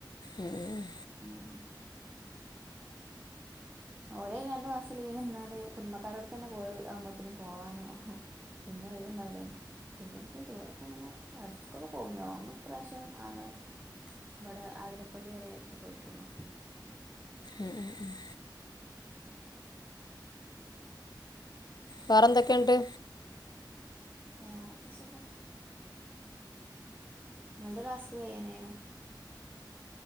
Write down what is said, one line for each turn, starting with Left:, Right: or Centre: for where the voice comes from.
Left: ഉം ഉം
Right: ഉം ഓൽ അയിന് രണ്ടു മാസം ലീവിന് വന്നാൽ കുടുംബക്കാരോട് തന്നെ പോഅ് ആമ്പത്തിനും പോവാനാവും പിന്നെ ഒയിവ്‌ ഉണ്ടാവൂലല്ലോ പിന്നോടക്കേലും ടൂറൊക്കെ- അങ്ങനെ അടുത്തക്കൊക്കെ പോകും ലോങ്ങ് ഇപ്രാവശ്യം ആകെ ഇവിടെ ആതിരപ്പള്ളി വരെറ്റെ പോയിട്ടുള്ളു
Left: ഉം ഉം <inaudible> വേറെ എന്തൊക്കെ ന്നട്ട്.
Right: വേറൊക്കെ സുഖം. ഇങ്ങൾത് ടാസ്ക് കഴിയാനായോ?